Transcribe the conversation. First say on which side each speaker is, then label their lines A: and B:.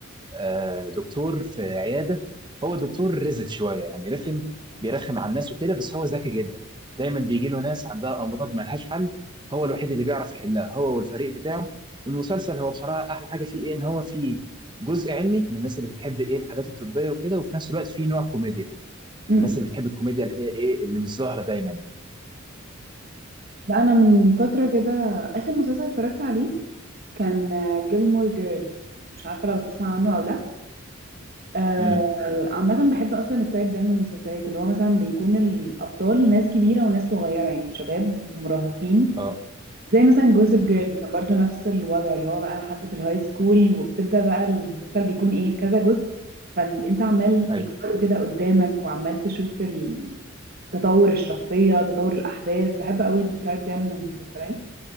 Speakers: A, on the right; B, on the right.
A: آه، دكتور في عياده هو دكتور رزل شويه يعني رخم بيرخم على الناس وكده بس هو ذكي جدا دايما بيجي له ناس عندها امراض ما لهاش حل هو الوحيد اللي بيعرف يحلها هو والفريق بتاعه المسلسل هو بصراحه احلى حاجه فيه ايه ان هو فيه جزء علمي من الناس اللي بتحب ايه الحاجات الطبيه وكده وفي نفس الوقت فيه نوع كوميديا
B: امم
A: الناس اللي بتحب الكوميديا اللي هي ايه اللي مش ظاهره دايما يعني
B: لا انا من فتره كده اخر مسلسل اتفرجت عليه كان جيلمور جيرل مش عارفه لو تسمع عنه او لا آه،
A: امم
B: عامه بحب اصلا التايب ده من المسلسلات اللي هو مثلا بيكون الابطال ناس كبيره وناس صغيره يعني شباب ومراهقين
A: اه
B: زي مثلا جوسب جيرل
A: امم
B: كان برضو نفس الوضع اللي هو بقى حد في الهاي سكول وبتبدأ بقى المسلسل بيكون ايه كذا جزء فانت عمال
A: ايوه
B: اجباره كده قدامك وعمال تشوف ال- تطور الشخصية تطور الأحداث بحب قوي التايب ده من المسلسلات